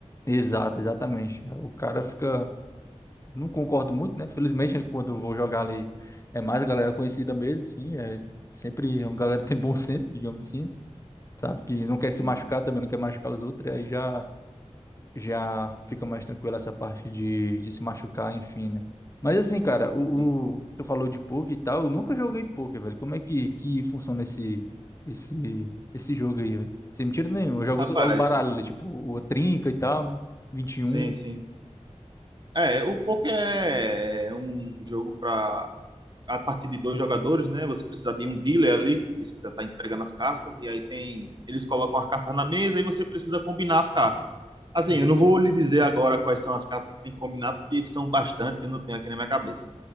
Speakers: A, on the left; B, on the right.
A: exato, exatamente. O cara fica. Não concordo muito, né? Felizmente, quando eu vou jogar ali, é mais a galera conhecida mesmo, enfim. É sempre uma galera que tem bom senso, digamos assim. Sabe? Que não quer se
B: Sim,
A: machucar também, não quer machucar os outros, e aí já. já fica mais tranquila essa parte de, de se machucar, enfim, né? Mas assim, cara, o,
B: sim.
A: o- tu falou de poker e tal, eu nunca joguei poker, velho. Como é que, que funciona esse, esse, esse jogo aí, velho? Sem mentira nenhuma, eu jogo
B: Rapaz,
A: só o baralho, ali, tipo, o trinca e tal, né? 21.
B: sim, sim. É, o poker é é um jogo pra a partir de dois jogadores, né? Você precisa de um dealer ali que precisa estar entregando as cartas e aí tem eles colocam as cartas na mesa e você precisa combinar as cartas. Assim,
A: Uhum.
B: eu não vou lhe dizer agora quais são as cartas que tem que combinar porque são bastante, eu não tenho aqui na minha cabeça.